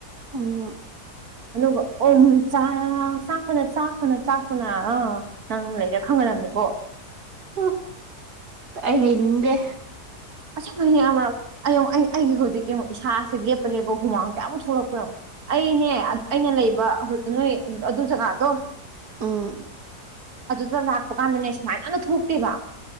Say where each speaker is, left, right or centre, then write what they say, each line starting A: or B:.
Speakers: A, on the right; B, on the right.
A: ꯑ
B: ꯑꯗꯨꯒ ꯑꯣꯥꯛ ꯆꯥꯛ ꯐꯅ ꯆꯥꯛ ꯐꯅ ꯆꯥꯛꯄꯅ ꯑꯥ ꯅꯪ ꯂꯩꯗ ꯈꯪꯍꯜꯂꯝ ꯑꯣꯣ
A: ꯍ ꯑꯩ ꯍꯗꯦ
B: ꯑꯁꯨꯨꯝꯅꯤ ꯃꯔꯛ ꯑꯩꯡꯉꯛ ꯑꯩꯒꯤ ꯍꯧꯖꯤꯛ ꯌꯦꯡꯉꯛ ꯏꯁꯥꯁꯦ ꯂꯦꯞꯄ ꯂꯦꯞꯄ ꯍꯨꯃꯥꯡ ꯀꯌꯥꯃꯨꯛ ꯊꯣꯛꯂꯛꯄꯅꯡꯉꯣ ꯑꯩꯅꯦ ꯑꯩꯅ ꯂꯩꯕ ꯅꯣꯏ ꯑꯗꯨ ꯖꯒꯥꯗꯣ
A: ꯑꯥ
B: ꯑꯗꯨꯗ ꯂꯥꯛꯄ ꯀꯥꯟꯗꯅꯦ ꯁꯨꯃꯥꯏꯅ ꯑꯃ ꯊꯣꯛꯇꯦꯕ